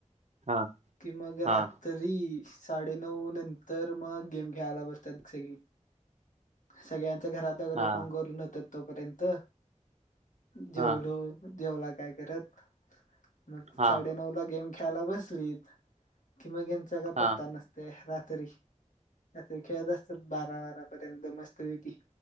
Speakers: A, on the right (about 60°); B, on the left (about 80°).
A: हां
B: कि मग
A: हां
B: रातरी साडेनऊ नंतर मग गेम खेळायला बसत्यात सगळी, सगळ्यां च्या घरात वैगरे
A: हां
B: फोन करून येत्यात. तोपर्यंत जेवलो,
A: हां
B: जेवला काय? करत मग
A: हां
B: साडे नऊला गेम खेळायला बसलीत कि मघ येंचा काय
A: हां
B: पत्ता नसते तरी रात्री खेळत असत्यात बारा बारापर्यंत मस्तपैकी,